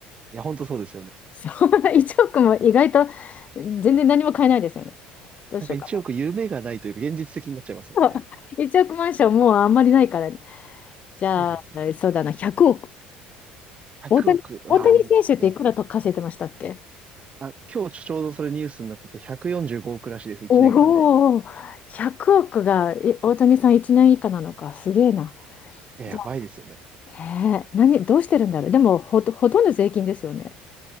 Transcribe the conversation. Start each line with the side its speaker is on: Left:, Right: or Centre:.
Right: や、本当そうですよね。
Left: そう、<laughs> 1億も意外と全然何も買えないですよね。どうしようか
Right: なんか1億夢がないというか現実的になっちゃいますもんね。
Left: な。<laughs> 1億マンションもうあんまりないから、じゃあ、
Right: そうですよね。
Left: そうだな、100億。
Right: 100億、
Left: 大谷、
Right: わあ、
Left: 大谷選手っていくらと稼いでましたっけ
Right: いいですね。あ、今日ちょうどそれニュースになってて、145億らしいです、1年間で。
Left: おお、100億がえ大谷さん1年以下なのか、すげえな。
Right: いややばいですよね。
Left: じゃあ、ねえ何、どうしてるんだろう。でもほと、ほとんど税金ですよね。